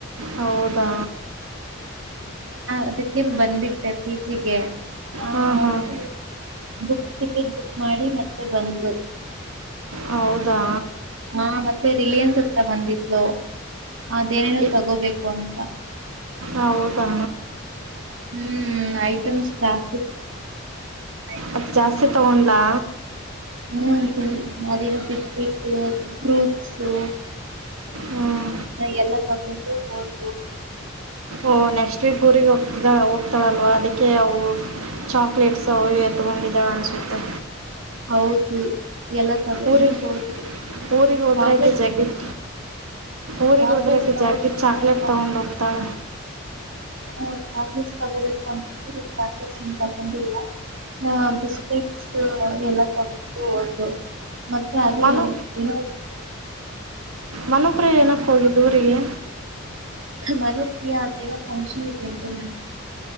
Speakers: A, on the right; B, on the right.
A: ಹೌದಾ
B: ಅದಕ್ಕೆನ್ ಬಟ್ ಬಂದ್ಬಿಟ್ಟೆ ಪಿ ಜಿ ಗೆ ಹ
A: ಹಾಂ
B: ಹೌದು
A: ಹಾಂ
B: ಬುಕ್ ಟಿಕೆಟ್ ಬುಕ್ ಮಾಡಿ ಮತ್ತೆ ಬಂದ್ಲು
A: ಹೌದಾ
B: ಹಾ ಮತ್ತೆ ರಿಲಯನ್ಸ್ ಹತ್ರ ಬಂದಿದ ಲೋ ಅದೇನೇನೋ
A: ಎ
B: ತಗೋಬೇಕು ಅಂತ
A: ಹೌದಾ
B: ಹ್ಮ್ ಐಟಮ್ಸ್ ಜಾಸ್ತಿ ಐಟಮ್ಸ್
A: ಅದ್ ಜಾಸ್ತಿ ತಗೊಂಡ್ಲಾ
B: ಹು ಮದಿನ ಬಿಸ್ಕಟ್ ಫ್ರೂಟ್ಸು
A: ಹ್ಮ
B: ನಾ ಎಲ್ಲ ತಗೊಂಡು ಓದ
A: ಓ ನೆಕ್ಸ್ಟ್ ವೀಕ್ ಊರಿಗೆ ಹೋಗ್ತ ಹೋಗ್ತಾಳಲ್ವ ಅದಕ್ಕೆ ಹೌ ಚಾಕಲೇಟ್ ಅವು ಇವು ಎತ್ಕೊಂಡಿದ್ದಾಳೆ ಅನ್ಸುತ್ತೆ
B: ಹೌದು ಎಲ್ಲ ತಗೊಂಡು
A: ಊರಿಗೆ
B: ಹೋದ್ಲು
A: ಊಗರಿಗ್ ಹೋದ್ರಕ
B: ಚಾಕ್ಲೇಟ್ಸ್
A: ಜಕೆಟ್ ಊರಿಗೆ
B: ಚಾಕ್ಲೇಟ್ಸ್
A: ಹೋದ್ರಕ
B: ತಗೋ
A: ಜಕೆಟ್ ಚಾಕ್ಲೇಟ್
B: ಅಂತ
A: ತಗೊಂಡ್ ಹೋಗ್ತಾಳ
B: ಅವರು ಚಾಕ್ಲೇಟ್ಸ್ ತಗೋಬೇಕು <unintelligible> ಅನ್ಕೊಂಡು ಚಾಕ್ಲೇಟ್ಸ್ ತಗೊಂಡಿಲ್ಲ ಹ ಬಿಸ್ಕೆಟ್ಸ್ ಎಲ್ಲ ತಗ ಹೌದು ಮತ್ತೆ ಅದೇ
A: ಮನು
B: ಏನೋ
A: ಮನೋಪ್ರಿಯ ಏನಕ್ಕ ಹೋಗಿದ್ ಊರಿಗೆ
B: ಮನೆಗೆ ಅದ ಏನೋ ಫಂಕ್ಷನ್ ಇದೆ ಅಂತೆ ಮ